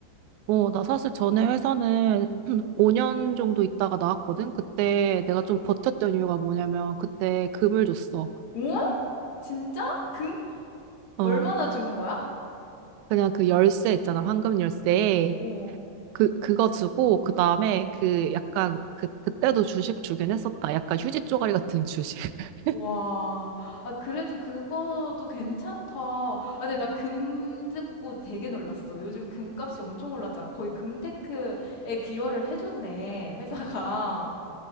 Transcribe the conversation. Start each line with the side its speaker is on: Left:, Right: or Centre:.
Right: 어, 나 사실 전에 회사는 <clears throat> 5년 정도 있다가 나왔거든? 그때 내가 좀 버텼던 이유가 뭐냐면 그때 금을 줬어.
Left: 어? 진짜? 금?
Right: 어.
Left: 얼마나 준 거야?
Right: 그냥 그 열쇠 있잖아, 황금 열쇠.
Left: 어.
Right: 그, 그거 주고, 그 다음에 그 약간 그, 그때도 주식 주긴 했었다. 약간 휴지 쪼가리 같은 주식. <laughs>
Left: 와. 아 그래도 그거도 괜찮다. 아 근데 나 금 듣고 되게 놀랐어. 요즘 금값이 엄청 올랐잖아. 거의 금테크에 기여를 해줬네. 회사가.